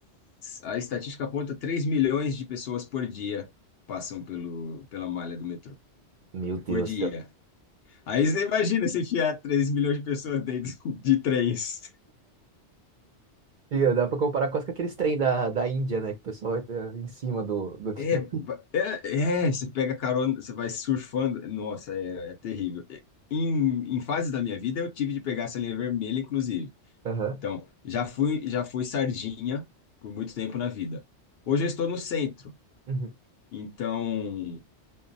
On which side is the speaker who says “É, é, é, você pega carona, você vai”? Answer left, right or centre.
Left